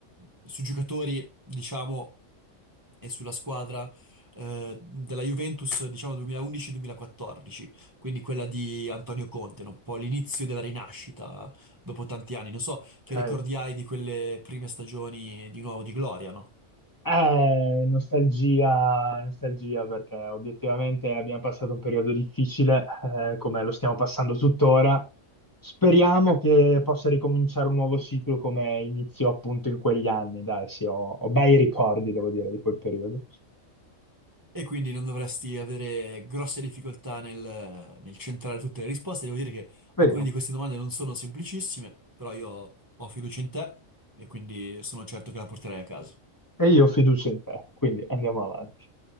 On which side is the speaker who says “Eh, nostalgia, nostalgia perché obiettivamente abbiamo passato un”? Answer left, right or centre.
Left